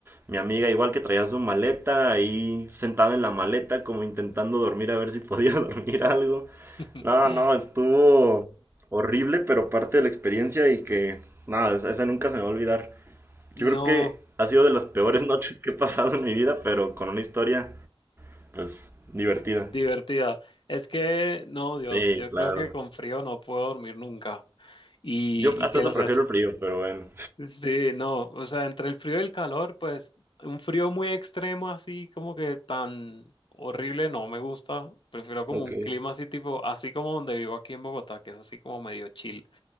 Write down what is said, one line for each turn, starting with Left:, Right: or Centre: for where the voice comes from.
Right: Mi amiga igual que traía su maleta ahí sentada en la maleta como intentando dormir a ver si podía <laughs> dormir algo.
Left: <laughs>
Right: No, no, estuvo horrible, pero parte de la experiencia y que nada, esa nunca se me va a olvidar.
Left: No,
Right: Yo creo que ha sido de las peores <laughs> noches que he pasado en mi vida, pero con una historia, pues, divertida.
Left: divertida. Es que, no, Dios,
Right: Sí,
Left: yo
Right: claro.
Left: creo que con frío no puedo dormir nunca. ¿Y,
Right: Yo hasta
Left: y qué
Right: eso
Left: lo sé?
Right: prefiero el frío, pero bueno.
Left: Sí, no, o sea, entre el frío y el calor, pues un frío muy extremo así como que tan horrible no me gusta, prefiero como
Right: Ok,
Left: un clima así tipo, así como donde vivo aquí en Bogotá, que es así como medio chill.